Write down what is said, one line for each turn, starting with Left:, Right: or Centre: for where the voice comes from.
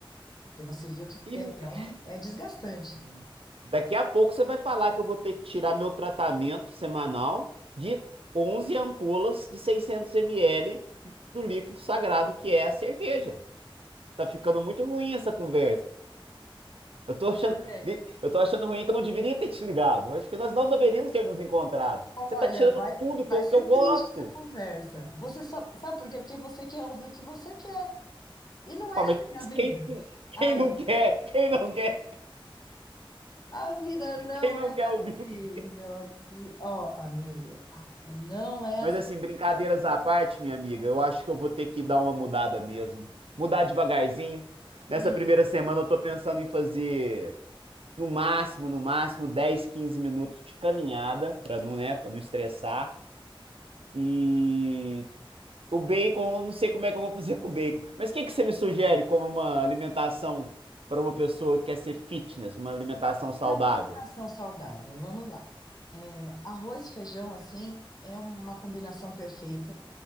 Left: Porque você viu que
Right: e
Left: é,
Right: me-
Left: é um, é desgastante, né?
Right: daqui a pouco você vai falar que eu vou ter que tirar meu tratamento semanal de 11 ampolas de seiscentos ml do líquido sagrado que é a cerveja. Tá ficando muito ruim essa conversa. Eu tô achando,
Left: Olha,
Right: li- eu tô achando ruim que eu não deveria ter te ligado. Eu acho que nós não deveríamos ter nos encontrado.
Left: Olha,
Right: Você tá tirando
Left: vai,
Right: tudo que
Left: vai
Right: eu,
Left: ser
Right: que eu gosto.
Left: triste essa conversa. Você só, sabe por quê? Porque você quer ouvir o que você quer. E não é
Right: Ah, mas
Left: assim a vida.
Right: quem, quem
Left: A,
Right: não quer? Quem não quer?
Left: a vida não
Right: Quem não
Left: é
Right: quer
Left: assim,
Right: ouvir o que.
Left: meu. E, Ó, amigo, a vida não é
Right: Mas
Left: assim.
Right: assim, brincadeiras à parte, minha amiga, eu acho que eu vou ter que dar uma mudada mesmo. Mudar devagarzinho. Nessa
Left: E
Right: primeira semana eu tô pensando em fazer no máximo, no máximo 10, 15 minutos de caminhada, pra não, né, para não estressar. E o bacon, eu não sei como é que eu vou fazer com o bacon. Mas o que que você me sugere como uma alimentação para uma pessoa que quer ser fitness, uma alimentação saudável?
Left: uma alimentação saudável, vamos lá. É, arroz e feijão, assim, é uma combinação perfeita.